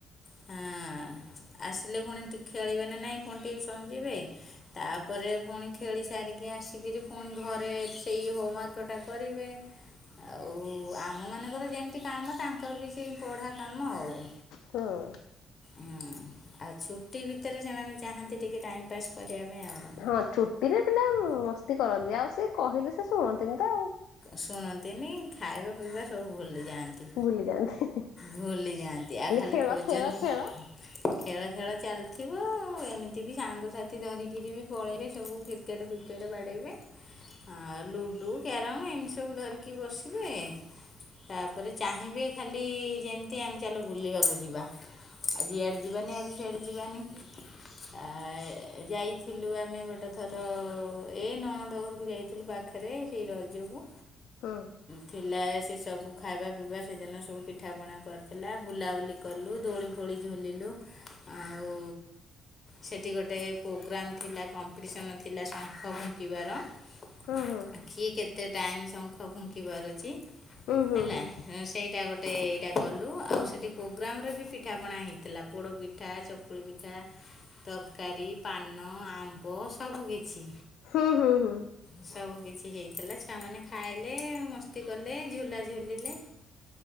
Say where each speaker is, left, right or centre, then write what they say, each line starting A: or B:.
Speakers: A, on the left (about 35°); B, on the left (about 85°).
A: ହଁ। ଆସିଲେ ପୁଣି ଟି ଖେଳିବେ ନା ନାଇଁ ପୁଣି ଟିୟୁସନ୍ ଯିବେ। ତାପରେ ପୁଣି ଖେଳି ସାରିକି ଆସିକିରି ପୁଣି ଘରେ ସେଇ ହୋମ୍ ୱାର୍କଟା କରିବେ। ଆଉ ଆମ ମାନଙ୍କର ଯେମତି କାମ ତାଙ୍କର ବି ସେଇ ପଢା କାମ ଆଉ।
B: ହଁ।
A: ଉଁ ଆଉ ଛୁଟି ଭିତରେ ସେମାନେ ଚାହାଁନ୍ତି ଟିକେ ଟାଇମ୍ ପାସ୍ କରିଆ ପାଇଁ ଆଉ।
B: ହଁ ଛୁଟିରେ ପିଲା ମସ୍ତି କରନ୍ତି ଆଉ ସେ କହିଲେ ସେ ଶୁଣନ୍ତିନି ତ ଆଉ।
A: ଶୁଣନ୍ତିନି ଖାଇବା ପିଇବା ସବୁ ଭୁଲି ଯାଆନ୍ତି,
B: ଭୁଲି ଯାଆନ୍ତି
A: ଭୁଲି ଯାଆନ୍ତି ଆଉ ଖାଲି
B: ଖେଳ
A: ଖୋଜନ୍ତି
B: ଖେଳ ଖେଳ
A: ଖେଳ ଖେଳ ଚାଲ୍ ଥିବ ଏମିତି ବି ସାଙ୍ଗସାଥି ଧରିକିରି ବି ପଳେଇବେ ସବୁ କି କେଟ୍ ଫିକେଟ୍ ବାଡେଇବେ ଆଁ ଲୁଡୁ କେ ରମ୍ ଏମତି ସବୁ ଧରିକି ବସିବେ ତା ତାପରେ ଚାହିଁବେ ଖାଲି ଯେମତି ଆମ୍ ଚାଲ ବୁଲିବାକୁ ଯିବା। ଆଜି ଇଆଡ଼େ ଯିବାନି ଆଜି ସିଆଡ଼େ ଯିବାନି। ଆ ଯାଇଥିଲୁ ଆମେ ଗୋଟେ ଥର ଏଇ ନଣଦ ଘରକୁ ଯାଇଥିଲୁ ପା ଖରେ ସେଇ ରଜକୁ।
B: ହଁ।
A: ଥିଲା ଏ ସେ ସବୁ ଖାଇବା ପିଇବା ସେଦିନ ସବୁ ପିଠାପଣା କରିଥିଲା ବୁଲାବୁଲି କଲୁ ଦୋଳି ଫୋଳି ଝୁଲିଲୁ, ଆଉ ସେଠି ଗୋଟେ ପୁ ଗ୍ରାମ୍ ଥିଲା କମ୍ପିଟିସନ ଥିଲା ଶଙ୍ଖ ଫୁଙ୍କିବାର। <inaudible>
B: ହୁଁ ହୁଁ।
A: କିଏ କେ ତେ ଟାଇମ୍ ଶଙ୍ଖ ଫୁଙ୍କି ପାରୁଚି
B: ହୁଁ ହୁଁ
A: ହେଲା।
B: ହୁଁ
A: ସେଇଟା ଗୋଟେ ଏଇଟା କଲୁ ଆଉ ସେଇଠି ପ୍ରୋଗ୍ରାମରେ ବି ପିଠାପଣା ହେଇଥିଲା ପୋଡ଼ପି ଠା ଚକୁଳି ପିଠା ତରକାରୀ ପାନ ଆମ୍ବ ସବୁ କିିଛି।
B: ହୁଁ ହୁଁ ହୁଁ।
A: ସବୁ କିଛି ହେଇଥିଲା ଛୁଆ ମାନେ ଖାଇଲେ ମସ୍ତି କଲେ ଝୁଲା ଝୁଲିଲେ।